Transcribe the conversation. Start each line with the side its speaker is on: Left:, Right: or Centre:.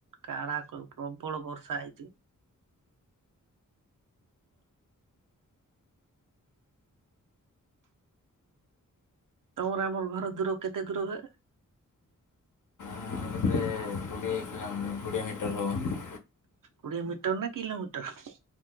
Right: କାଣା କହିବୁ ପ୍ରବଳ ବର୍ଷା ହେଇଚି। ତମର ଆମର ଘର ଦୂର କେତେ ଦୂର ହୁଏ?
Left: <unintelligible> କୋଡ଼ିଏ ମିଟର ହବ।
Right: କୋଡିଏ ମିଟର ନା କିିଲୋମିଟର।